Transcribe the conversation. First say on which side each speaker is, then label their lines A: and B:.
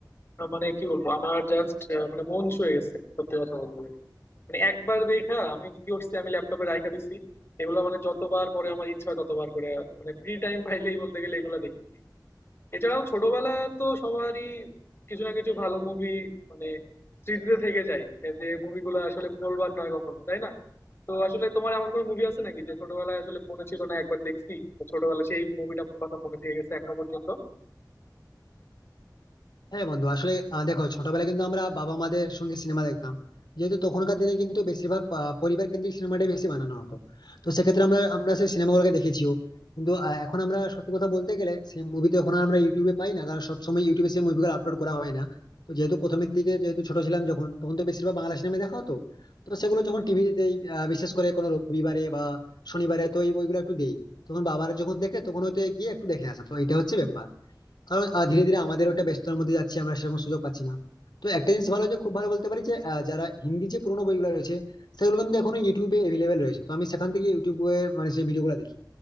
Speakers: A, on the left; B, on the left.
A: আহ, মানে কি বলবো আমার জাস্ট মানে মন ছুঁয়ে গেছে সত্যি কথা বলতে গেলে। মানে একবার দেখা আমি কি করছি আমি ল্যাপটপে রাখা দিছি এগুলো মানে যতবার পরে আমার ইচ্ছা হয় ততবার করে মানে ফ্রি টাইম পাইলেই বলতে গেলে এগুলা দেখি এছাড়াও ছোটবেলা তো সবারই কিছু না কিছু ভালো মুভি মানে স্মৃতিতে থেকে যায় এই যে মুভিগুলো আসলে ভুলবার নয় কখনো তাই না তো আসলে তোমার এমন কোনো মুভি আছে নাকি যে ছোটবেলায় আসলে মনে ছিল না একবার দেখছি তো ছোটবেলায় সেই মুভিটা কথা মনে থেকে গেছে এখনো পর্যন্ত
B: হ্যাঁ বন্ধু আসলে আহ, দেখো ছোটবেলায় কিন্তু আমরা বাবা মাদের সঙ্গে সিনেমা দেখতাম যেহেতু তখনকার দিনে কিন্তু বেশিরভাগ আহ, পরিবার কেন্দ্রিক সিনেমাটাই বেশি বানানো হতো তো সেক্ষেত্রে আমরা আমরা সেই সিনেমাগুলোকে দেখেছিও কিন্তু আহ, এখন আমরা সত্যি কথা বলতে গেলে সেই মুভি তো এখন আর আমরা ইউটিউবে পাই না কারণ সবসময় ইউটিউবে সেই মুভিগুলো আপলোড করা হয় না তো যেহেতু প্রথমের দিকে যেহেতু ছোট ছিলাম যখন তখন তো বেশিরভাগ বাংলা সিনেমা দেখা হতো তো সেগুলো যখন টিভিতে বিশেষ করে কোনো রবিবারে বা শনিবারে তো এই বইগুলো একটু দেই তখন বাবারা যখন দেখে তখন হয়তো গিয়ে একটু দেখে আসে তো এটা হচ্ছে ব্যাপার কারণ আহ, ধীরে ধীরে আমাদের ওটা ব্যস্ততার মধ্যে যাচ্ছি আমরা সেরকম সুযোগ পাচ্ছি না তো একটা জিনিস ভালো যে খুব ভালো বলতে পারি যে আহ, যারা হিন্দি যে পুরোনো বইগুলো রয়েছে সেগুলো কিন্তু এখনো ইউটিউবে অ্যাভেলেবেল রয়েছে তো আমি সেখান থেকে ইউটিউবে মানে সেই ভিডিওগুলো দেখি